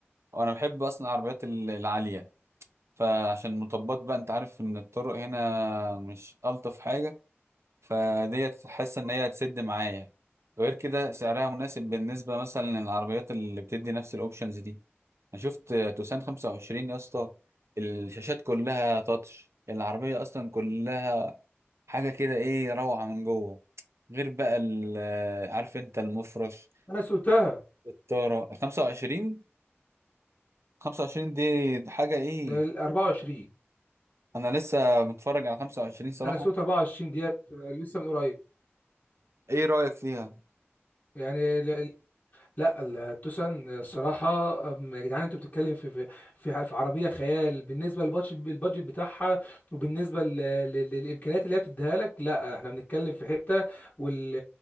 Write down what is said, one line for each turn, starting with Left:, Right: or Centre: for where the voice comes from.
Right: وانا بحب اصلا العربيات ال- العالية فعشان المطبات بقى انت عارف ان الطرق هنا مش الطف حاجة فديت حاسة ان هي هتسد معايا غير كده سعرها مناسب بالنسبة مثلا للعربيات اللي بتدي نفس الاوبشنز دي انا شفت توسان 25 يا اسطى الشاشات كلها تاتش العربيه اصلا كلها حاجه كده ايه روعه من جوه غير بقى ال- آه، عارف انت المفرش
Left: انا سوتها
Right: الطاره 25 25 دي حاجه ايه
Left: ال 24
Right: انا لسه متفرج على 25 صراحه
Left: انا سويت 24 ديت آه، لسه من قريب
Right: ايه رايك فيها
Left: يعني ل- لا التوسان الصراحه أم، يا جدعان انتوا بتتكلم في في في في عربيه خيال بالنسبه للبادجت البادجت بتاعها وبالنسبه ل- ل- للامكانيات اللي هي بتديها لك لا احنا بنتكلم في حته وال